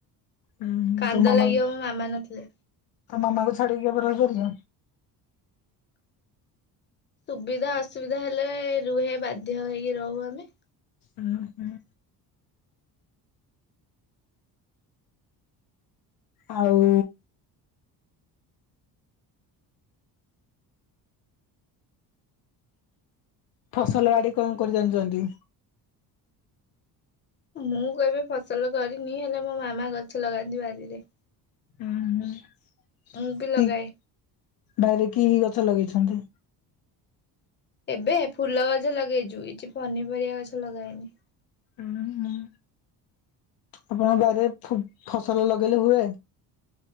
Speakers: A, on the left; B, on the left.
A: ଉଁ ହୁଁ
B: କାନ୍ଦ
A: ତମ
B: ଲାଗିବ
A: ମାମା ତମ
B: ମୋ ମାମା ନଥିଲେ
A: ମାମାକୁ ଛାଡିକି କେବେ ରହି ପାରିବ?
B: ସୁବିଧା ଅସୁବିଧା ହେଲେ ରୁହେ ବାଧ୍ୟ ହେଇ ରହୁ ଆମେ।
A: ଉଁ ହୁଁ। ଆଉ ଫସଲ ବାଡ଼ି କଣ କରି ଜାଣିଛନ୍ତି?
B: ମୁଁ କେବେ ଫସଲ କରିନି। ହେଲେ ମୋ ମାମା ଗଛ ଲଗାନ୍ତି ବାରିରେ।
A: ଉଁ, ହୁଁ,
B: ମୁଁ ବି ଲଗାଏ
A: କି ବାରିରେ କି ଗଛ ଲଗେଇଛ? ଛନ୍ତି
B: ଏବେ ଫୁଲ ଗଛ ଲଗେଇଚୁ। କିଛି ପନିପରିବା ଗଛ ଲଗାହେଇନି। <inaudible>
A: ହୁଁ ହୁଁ ଆପଣଙ୍କ ବାରିରେ ଫୁ ଫସଲ ଲଗେଇଲେ ହୁଏ?